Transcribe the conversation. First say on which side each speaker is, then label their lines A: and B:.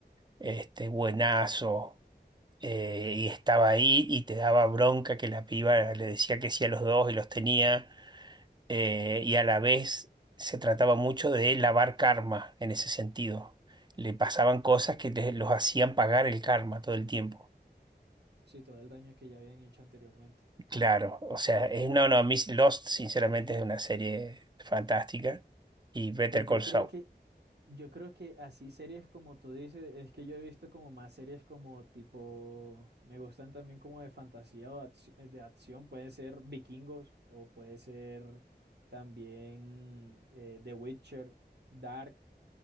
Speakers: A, on the right; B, on the right.
A: este, buenazo eh, y estaba ahí y te daba bronca que la piba le decía que sí a los dos y los tenía eh, y a la vez se trataba mucho de lavar karma en ese sentido. Le pasaban cosas que les- los hacían pagar el karma todo el tiempo.
B: sí, todo el daño que ya habían hecho anteriormente.
A: Claro, o sea, es, no, no, a mí Lost sinceramente es una serie fantástica y Better
B: Pues yo
A: Call
B: creo
A: Saul.
B: que, yo creo que así series como tú dices, es que yo he visto como más series como tipo, me gustan también como de fantasía o acci- eh, de acción, puede ser Vikingos o puede ser también eh, The Witcher, Dark,